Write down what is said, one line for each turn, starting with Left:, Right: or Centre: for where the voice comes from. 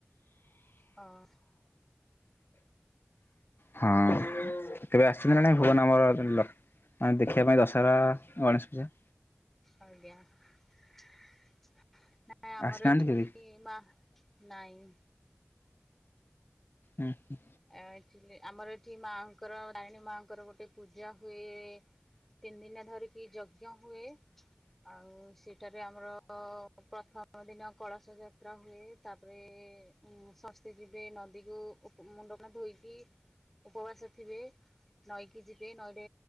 Centre: ହଁ।
Left: ହଁ। କେବେ ଆସିଛନ୍ତି ନା ନାହିଁ ଭୁବନ ଆମର <unintelligible> ଲକ୍ଷ୍ ମାନେ ଦେଖିବା ପାଇଁ ଦଶହରା, ଗଣେଶ ପୂଜା?
Centre: ଆଜ୍ଞା ନା ନାଇ ଆମର
Left: ଆସିନାହାନ୍ତି
Centre: ଏଠି
Left: କେବେ?
Centre: ମାଆ ନାଇଁ।
Left: ଅ ହଁ।
Centre: ଆ-ଆକଚୁଲି ଆମର ଏଠି ମାଆଙ୍କର ତାରିଣୀ ମାଆଙ୍କର ଗୋଟେ ପୂଜା ହୁଏ ତିନ ଦିନ ଧରିକି ଯଜ୍ଞ ହୁଏ ଆଉ ସେଇଟା ବି ଆମର ପ୍ରଥମ ଦିନ କଳସ ଯାତ୍ରା ହୁଏ ତାପରେ ଉଁ ସମସ୍ତେ ଯିବେ ନଦୀକୁ ଉ ମୁଣ୍ଡ କାନ ଧୋଇକି ଉପବାସ ଥିବେ ନଈକି ଯିବେ ନଈରେ